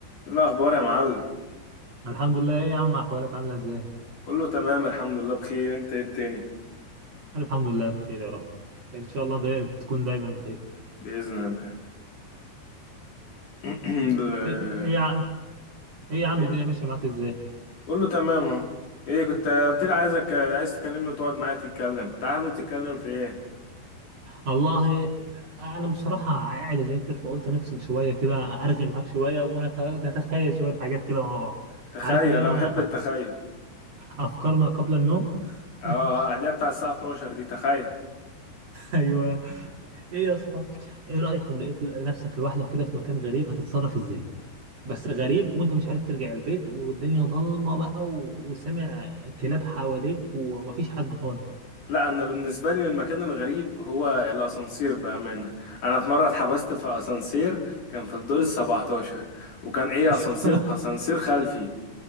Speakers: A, on the left (about 50°); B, on the right (about 45°).
A: إيه الأخبار يا معلم؟
B: الحمد لله ايه يا عم احوالك عامله ازاي
A: كله تمام الحمد لله بخير أنت إيه الدنيا؟
B: الحمد لله بخير يا رب ان شاء الله داي... تكون دايما بخير
A: بإذن الله <clears throat> ال-
B: ايه إيه يا عم ايه يا عم
A: إيه
B: الدنيا ماشيه معاك ازاي
A: كله تمام أهو إيه كنت قلت لي عايزك عايز تكلمني وتقعد معايا تتكلم كنت حابب تتكلم في إيه؟
B: والله انا بصراحه قاعد اذاكر فقلت نفصل شويه كده ارغي معاك شويه ونتخيل شويه حاجات كده مع بعض
A: تخيل
B: عارف اللي
A: أنا
B: هي
A: بحب
B: أ-
A: التخيل
B: افكار ما قبل النوم
A: آه
B: <laughs>
A: آه، اللي هي بتاع الساعة 12 دي تخيل
B: ايوه ايه يا اسطى ايه رايك لو لقيت نفسك لوحدك كده في مكان غريب هتتصرف ازاي بس غريب وانت مش عارف ترجع البيت والدنيا ضلمه بقى و- وسامع كلاب حواليك ومفيش حد خالص
A: لا أنا بالنسبة لي المكان الغريب هو الأسانسير بأمانة أنا في مرة اتحبست في أسانسير كان في الدور السبعتاشر وكان إيه
B: <laughs>
A: أسانسير أسانسير خلفي